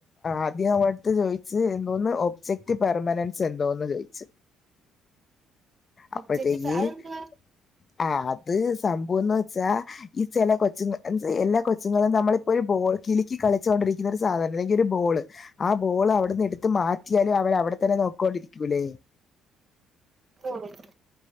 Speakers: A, on the left; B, on the right.
A: ആദ്യം നമ്മടെടുത്ത് ചോദിച്ച് എന്തോന്ന് ഒബ്ജെക് പെർമനൻസ് എന്തോന്നു ചോദിച്ചു അപ്പോഴേത്തെക്ക്‌
B: ഒബ്ജക്റ്റ് അതെന്തുവാ
A: - ആ അത് സംഭവം എന്ന് വെച്ചാൽ ഈ ചെല കൊച്ചുങ്ങ എല്ലാ കൊച്ചുങ്ങളും- നമ്മളിപ്പോ ഒരു ബോൾ കിലുക്കി കളിച്ചുകൊണ്ടിരിക്കുന്ന ഒരു സാധനം അല്ലെങ്കിൽ ഒരു ബോള് ആ ബോള് അവിടെനിന്ന് എടുത്ത് മാറ്റിയാലും അവന് അവിടെ തന്നെ നോക്കി കൊണ്ടിരിക്കില്ലേ
B: <inaudible>